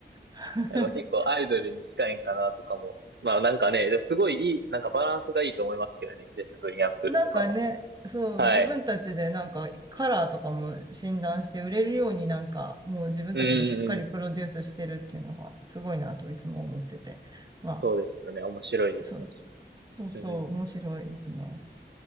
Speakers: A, on the right (about 20°); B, on the right (about 70°).
A: <laughs>
B: はいまあ、結構アイドルに近いんかなとかも。まあなんかね、すごいいい、なんかバランスがいいと思いますけどね。ジェス・グリーンアップルとかも。
A: なんかね、そう、
B: はい。
A: 自分たちでなんか、カラーとかも診断して売れるようになんか、もう自分たちでしっかりプロデュースしてるっていうのがすごいなといつも思ってて。
B: うんうんうん。
A: まあ、
B: そうですよね。面白いですね。
A: そう、そうそう、
B: うん。
A: 面白いですね。